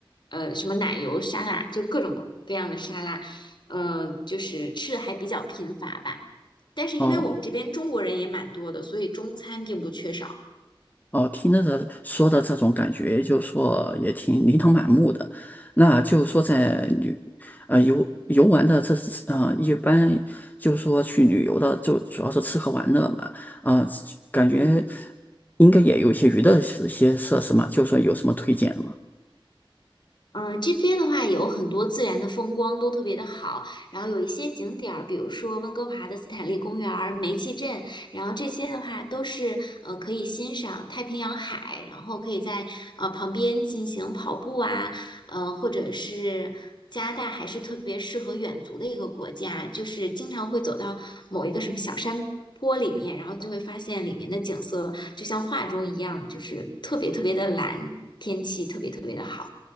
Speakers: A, on the left (about 55°); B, on the left (about 20°).
A: 呃什么奶油沙拉，就各种各样的沙拉，嗯、就是吃的还比较贫乏吧。但是因为我们这边中国人也蛮多的，
B: 哦，
A: 所以中餐并不缺少。
B: 哦，听着这说的这种感觉，就说也挺琳琅满目的。那就是说在旅，呃游游玩的这是呃一般就是说去旅游的，就主要是吃喝玩乐嘛。啊、感觉
A: 嗯，
B: 应该也有一些娱乐一些设施嘛，就说有什么推荐的吗？
A: 嗯，呃这边的话有很多自然的风光都特别的好，然后有一些景点儿，比如说温哥华的斯坦利公园儿、煤气镇，然后这些的话都是呃可以欣赏太平洋海，然后可以在呃旁边进行跑步啊，呃或者是加拿大还是特别适合远足的一个国家，就是经常会走到某一个什么小山坡里面，然后就会发现里面的景色就像画中一样，就是特别特别的蓝，天气特别特别的好。